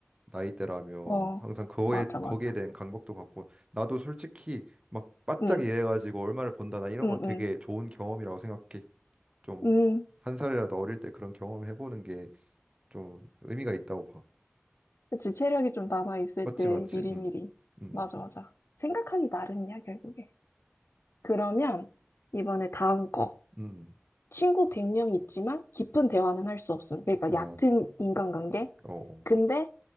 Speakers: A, on the right; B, on the left.
A: 나이대라면
B: 어,
A: 항상 그거에
B: 맞아, 맞아.
A: 거기에 대한 강박도 갖고 나도 솔직히 막 바짝
B: 응,
A: 일해가지고 얼마를 번다 나 이런
B: 응,
A: 건 되게
B: 응,
A: 좋은 경험이라고 생각해. 좀
B: 응.
A: 한 살이라도 어릴 때 그런 경험을 해보는 게 좀 의미가 있다고 봐.
B: 그치, 체력이 좀 남아있을
A: 맞지
B: 때
A: 맞지.
B: 미리미리.
A: 음. 음.
B: 맞아, 맞아. 생각하기 나름이야, 결국에. 그러면 이번에 다음 거.
A: 음.
B: 친구 100명 있지만 깊은 대화는 할 수 없음. 그러니까
A: 아.
B: 얕은 인간관계.
A: 어. 어.
B: 근데